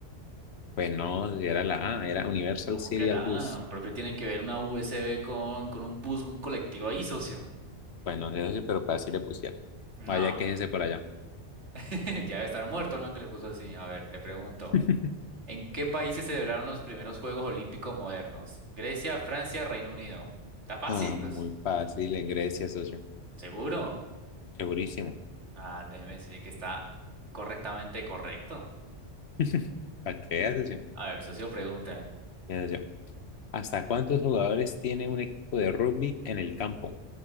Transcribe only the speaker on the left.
Pues no, socio, era la A, era Universal
Serial
Bus.
Pues no sé, socio, pero así le pusieron.
Vaya, quéjese por allá.
<laughs>
Ah, muy
fácil en Grecia, socio.
Segurísimo.
<laughs> Para que veas, socio.
Mira, socio, ¿Hasta cuántos jugadores tiene un equipo de rugby en el campo?